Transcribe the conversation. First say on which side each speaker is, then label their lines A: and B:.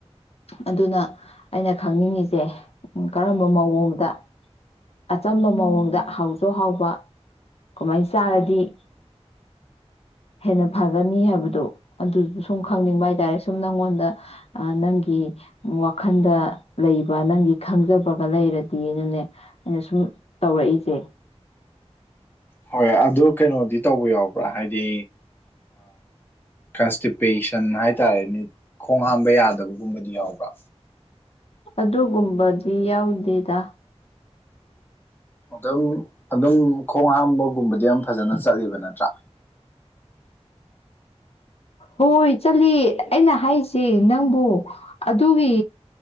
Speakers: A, on the left; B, on the left.
A: ꯑꯗꯨꯅ ꯑꯩꯅ ꯈꯪꯅꯤꯡꯉꯤꯁꯦ ꯀꯔꯝꯕ ꯃꯑꯣꯡꯗ ꯑꯆꯝꯕ ꯃꯑꯣꯡꯗ ꯍꯥꯎꯁꯨ ꯍꯥꯎꯕ ꯀꯃꯥꯏꯅ ꯆꯥꯔꯗꯤ ꯍꯦꯟꯅ ꯐꯒꯅꯤ ꯍꯥꯏꯕꯗꯣ ꯑꯗꯨꯁꯨ ꯁꯨꯝ ꯈꯪꯅꯤꯡꯕ ꯍꯥꯏ ꯇꯥꯔꯦ ꯁꯨꯝ ꯅꯪꯉꯣꯟꯗ ꯅꯪꯒꯤ ꯋꯥꯈꯜꯗ ꯂꯩꯕ ꯅꯪꯒꯤ ꯈꯪꯖꯕꯒ ꯂꯩꯔꯗꯤꯅꯅꯦ ꯑꯩꯅ ꯁꯨꯝ ꯇꯧꯔꯛꯏꯁꯦ
B: ꯍꯣꯏ ꯑꯗꯨ ꯀꯩꯅꯣꯗꯤ ꯇꯧꯕ ꯌꯥꯎꯕ꯭ꯔꯥ ꯍꯥꯏꯗꯤ ꯀꯟꯁꯇꯤꯄꯦꯁꯟ ꯍꯥꯏꯇꯥꯔꯦꯅꯦ ꯈꯣꯡ ꯍꯥꯝꯕ ꯌꯥꯗꯕꯒꯨꯝꯕꯗꯤ ꯌꯥꯎꯕ꯭ꯔꯥ
A: ꯑꯗꯨꯒꯨꯝꯕꯗꯤ ꯌꯥꯎꯗꯦꯗ
B: ꯑꯗꯨꯝ ꯑꯗꯨꯝ ꯈꯣꯡ ꯍꯥꯝꯕꯒꯨꯝꯕꯗꯤ ꯌꯥꯝ ꯐꯖꯅ ꯆꯠꯂꯤꯕ ꯅꯠꯇ꯭ꯔꯥ
A: ꯍꯣꯏ ꯆꯠꯂꯤ ꯑꯩꯅ ꯍꯥꯏꯁꯦ ꯅꯪꯕꯨ ꯑꯗꯨꯒꯤ